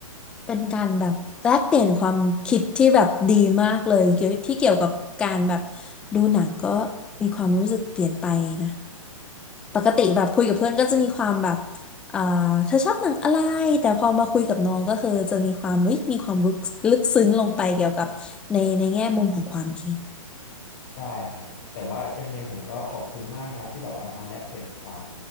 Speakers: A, in the centre; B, on the left.
A: เป็นการแบบแลกเปลี่ยนความคิดที่แบบดีมากเลยเกี่ยวที่เกี่ยวกับการแบบดูหนังก็มีความรู้สึกเปลี่ยนไปนะปกติแบบคุยกับเพื่อนก็จะมีความแบบเอ่าเธอชอบหนังอะไรแต่พอมาคุยกับน้องก็คือจะมีความเฮ้ยมีความลึกลึกซึ้งลงไปเกี่ยวกับในในแง่มุมของความคิด
B: ใช่ครับแต่ว่ายังไงผมก็ขอบคุณมากนะครับที่แบบว่ามาแลกเปลี่ยนความ